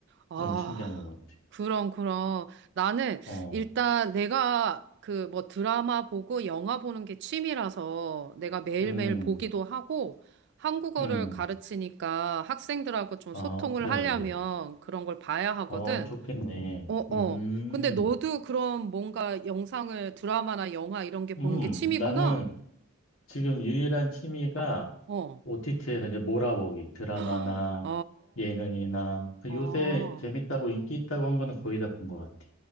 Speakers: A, on the right; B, on the left.
A: 아,
B: 너무 신기한 것 같아.
A: 그럼, 그럼. 나는
B: 어,
A: 일단 내가 그 뭐 드라마 보고 영화 보는 게 취미라서 내가 매일매일
B: 음,
A: 보기도 하고 한국어를
B: 음.
A: 가르치니까 학생들하고 좀
B: 아,
A: 소통을
B: 그래,
A: 하려면
B: 그래.
A: 그런 걸 봐야 하거든.
B: 어, 좋겠네.
A: 어, 어.
B: 음,
A: 근데 너도 그럼 뭔가 영상을 드라마나 영화 이런 게
B: 음,
A: 보는 게 취미구나?
B: 나는 지금 유일한 취미가
A: 어.
B: OTT에서 이제 몰아보기, 드라마나
A: <gasps> 아,
B: 예능이나 그
A: 어.
B: 요새 재밌다고 인기 있다고 한 거는 거의 다 본 것 같아.